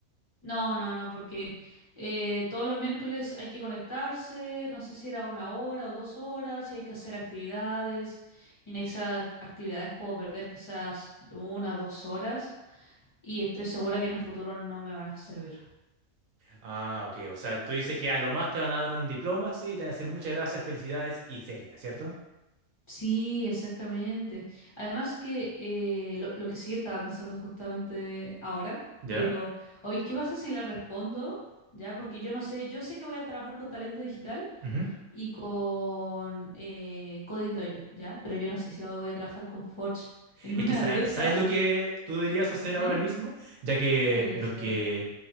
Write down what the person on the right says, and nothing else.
Ah, ok. O sea, tú dices que a lo más te van a dar un diploma, sí, y te van a decir muchas gracias, felicidades y sería, ¿cierto?
¿Ya?
Ujú.
Es
que sabe-
sabes lo que tú deberías hacer
ahora mismo, ya que
lo
que